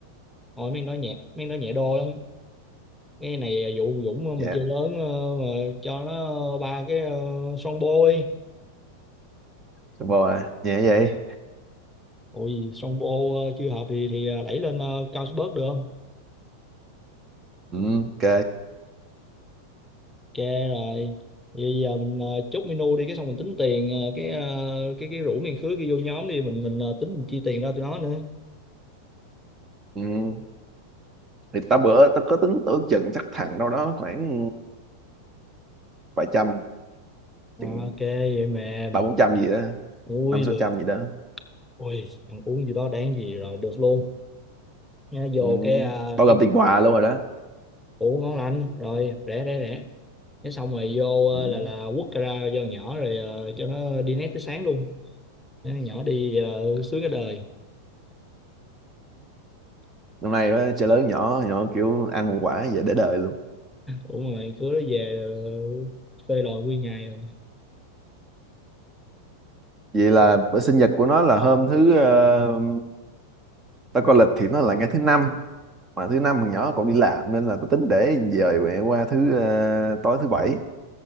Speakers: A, in the centre; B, on the right.
A: hồi mình nói nhẹ mình nói nhẹ đồ lắm cái này à, vụ Dũng ờ, mình
B: dạ
A: chơi lớn ờ, mà cho nó ờ, ba cái ờ, son bôi
B: Super à nhẹ vậy
A: ôi son bô ờ, chưa hợp thì thì ờ, đẩy lên ờ, cao sport được không
B: ừ, ok
A: ok rồi bây giờ mình ờ, chốt menu đi cái xong mình tính tiền ờ, cái ờ, cái cái rủ miền khứa kia vô nhóm đi mình mình ờ, tính mình chi tiền ra tụi nó nữa
B: ừ. thì ta bữa ta có tính ước chừng chắc thằng đâu đó khoảng vài trăm
A: Ờ,
B: chừng
A: ok vậy mềm
B: ba bốn trăm gì đó
A: ui
B: năm sáu
A: được
B: trăm gì đó
A: ui ăn uống gì đó đáng gì rồi được luôn Nha, vô
B: ừ.
A: cái à,
B: bao
A: cái
B: gồm tiền
A: cái-
B: quà luôn rồi đó
A: ủ ngon lành rồi rẻ rẻ rẻ cái xong rồi vô ờ,
B: ừ.
A: là là quất ra cho nhỏ rồi ờ, cho nó đi nét tới sáng luôn Thế nhỏ đi vậy sướng cái đời
B: năm nay đó, chơi lớn nhỏ nhỏ kiểu ăn một quả vậy để đời luôn
A: đúng rồi cứ nó về ờ, phê lòi nguyên ngày rồi
B: vậy là bữa sinh nhật của nó là hôm thứ ờ, ta coi lịch thì nó là ngày thứ năm mà thứ năm thằng nhỏ còn đi làm nên là tao tính để dời mẹ qua thứ ờ, tối thứ bảy